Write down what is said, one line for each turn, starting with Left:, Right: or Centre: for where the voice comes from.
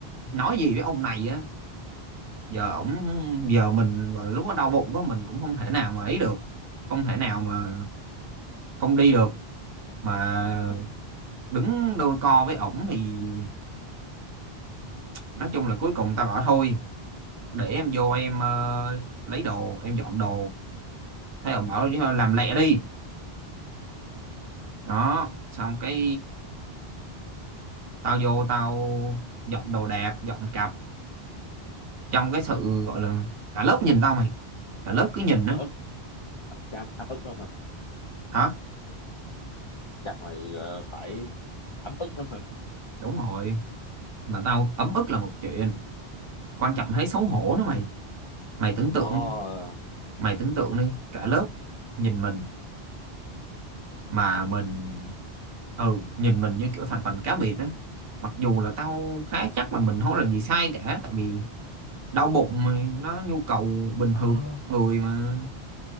Right: nói gì với ông này á giờ ổng giờ mình gọi là lúc đó đau bụng quá mình cũng không thể nào mà ấy được không thể nào mà không đi được mà
Left: ừ,
Right: đứng đôi co với ổng thì nói chung là cuối cùng tao bảo thôi để em vô em ờ, lấy đồ em dọn đồ thế là bảo "Chứ ờ, làm lẹ đi đó xong cái tao vô tao dọn đồ đạc dọn cặp trong cái sự gọi là cả lớp nhìn tao mày cả lớp cứ nhìn á
Left: ấm ức ừ, chắc ấm ấm ức lắm hả
Right: hả
Left: chắc mày ờ, phải ấm ức lắm hả
Right: đúng rồi mà tao ấm ức là một chuyện quan trọng thấy xấu hổ nữa mày mày tưởng tượng
Left: ờ
Right: mày tưởng tượng đi cả lớp nhìn mình mà mình ừ nhìn mình như kiểu thành phần cá biệt đó mặc dù là tao khá chắc là mình không làm gì sai cả tại vì đau bụng mà nó nhu cầu bình
Left: ờ
Right: thường của người mà